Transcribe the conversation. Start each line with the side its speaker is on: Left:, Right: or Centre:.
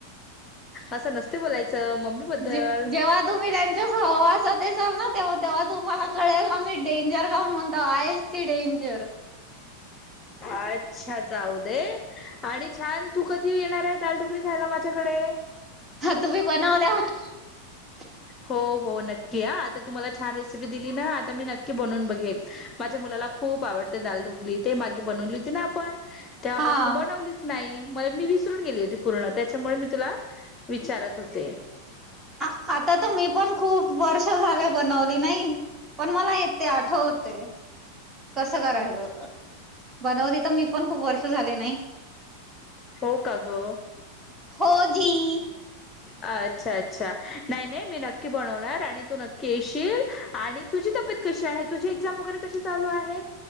Left: असं नसते बोलायचं मम्मी बद्दल
Right: जेव्हा तुम्ही त्यांच्या सहवासात चल ना तेव्हा, तेव्हा तुम्हाला कळेल, आम्ही डेंजर काऊून म्हणतो आहेच ती डेंजर <inaudible>
Left: अच्छा जाऊ दे, आणि छान तू, कधी येणार आहे दालढोकळी खायला माझ्याकडे?
Right: हा <inaudible>
Left: हो, हो नक्की आ, आता तुम्हाला छान रेसिपी दिली ना आता मी नक्की बनून बघेन माझ्या मुलाला खूप आवडते दालढोकळी ते मागे बनवली होती ना, आपण त्यापासून
Right: हा
Left: बनवलीच नाही म मी विसरून गेली होती. पूर्ण त्याच्यामुळे मी तुला विचारत होते
Right: आता तर मी पण खूप वर्ष झाले बनवली नाही पण मला येते आठवते कसं करायचं होत बनवली तर मी पण खूप वर्ष झाले नाही
Left: हो का ग
Right: हो जी
Left: अच्छा अच्छा नाही नाही मी नक्की बनवणार आणि तू नक्की येशील आणि तुझी तब्येत कशी आहे तुझी एक्झाम वगैरे कशी चालू आहे